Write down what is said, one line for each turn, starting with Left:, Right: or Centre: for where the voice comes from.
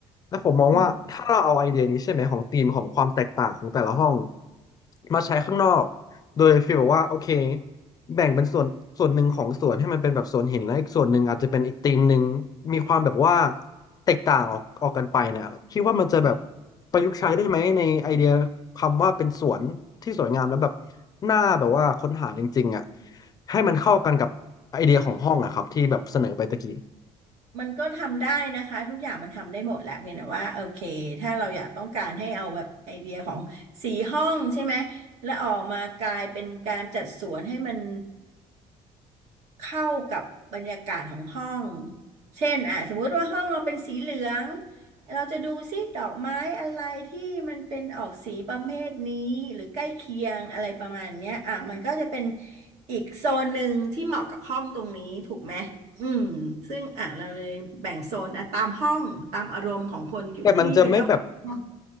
Left: แล้วผมมองว่าถ้าเราเอาไอเดียนี้ใช่ไหมของธีมของความแตกต่างของแต่ละห้อง
Right: อืม
Left: มาใช้ข้างนอกโดยฟีลแบบว่าโอเค แบ่งเป็นส่วนส่วนหนึ่งของสวนให้มันเป็นแบบสวนหินและอีกส่วนหนึ่งอาจจะเป็นอีกธีมหนึ่งมีความแบบว่าแตกต่างออกออกกันไปนะคิดว่ามันจะแบบประยุกต์ใช้ได้ไหมในไอเดียคำว่าเป็นสวนที่สวยงามแล้วแบบหน่าแบบว่าค้นหาจริงๆอ่ะให้มันเข้ากันกับไอเดียของห้องอะครับที่แบบเสนอไปตะกี้
Right: มันก็ทำได้นะคะทุกอย่างมันทำได้หมดแหละเพียงแต่ว่าโอเคถ้าเราอยากต้องการให้เอาแบบไอเดียของสีห้องใช่ไหมแล้วออกมากลายเป็นการจัดสวนให้มันเข้ากับบรรยากาศของห้องเช่นอ่ะสมมุติว่าห้องเราเป็นสีเหลือง เราจะดูซิดอกไม้อะไรที่มันเป็นออกสีประเภทนี้หรือใกล้เคียงอะไรประมาณเนี้ยอ่ะมันก็จะเป็นอีกโซนหนึ่งที่เหมาะกับห้องตรงนี้ถูกไหมอืมซึ่งอ่ะเราเลยแบ่งโซนอ่ะตามห้องตามอารมณ์ของคนที่เป็นเจ้าของห้อง
Left: แต่มันจะไม่แบบ